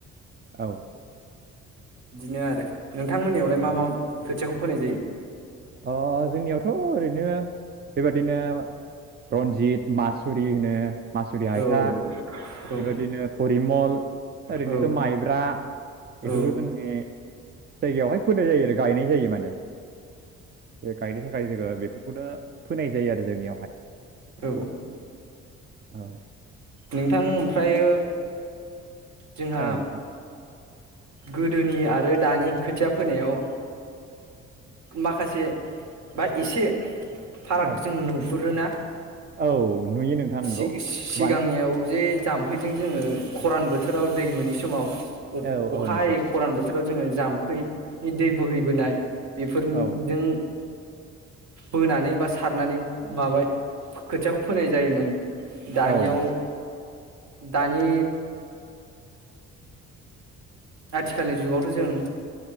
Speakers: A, on the right (about 35°); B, on the right (about 65°).
A: औ
B: बिदिनो आरो नोंथांमोननियावलाय मा मा खोथियाखौ फोनाय जायो
A: ओ जोंनियावथ ओरैनो बेबादिनो रन्जित मासुरि होनो मासुरि हायथा
B: जायो? औ
A: बेबायदिनो फरिमल ओरैनोथ
B: औ
A: माइब्रा बेफोरखौ
B: औ
A: जोंनि जायगायावहाय फोनाय जायो आरो गायनाय जायो माने गायनो थाखाय जोङो बेफोरखौनो फोनाय जायो आरो जोंनियावहाय।
B: औ।
A: औ।
B: नोंथां ओमफ्रायो जोंहा
A: औ नोंथां
B: गोदोनि आरो दानि खोथिया फोनायाव माखासे बा एसे फारागखौ
A: औ
B: जों नुहुनो मोनहरोना।
A: औ नुयो नोंथां
B: सिगांनियाव
A: नोंगौ मानो
B: जे जाम थाम्फैजों जोङो खरान बोथोराव दै मोनि समाव अखा
A: औ औ नोंथां
B: हायि खरानबो बोथोराव जोङो जाम्फैनि दै बोहैबोनाय बेफोरनि
A: औ
B: जों
A: औ
B: बोनानै बा सारनानै माबा खोथियाखौ फोनाय जायोमोन। दानियाव
A: औनो नोंगौ।
B: दानि आथिखालनि जुगावथ' जों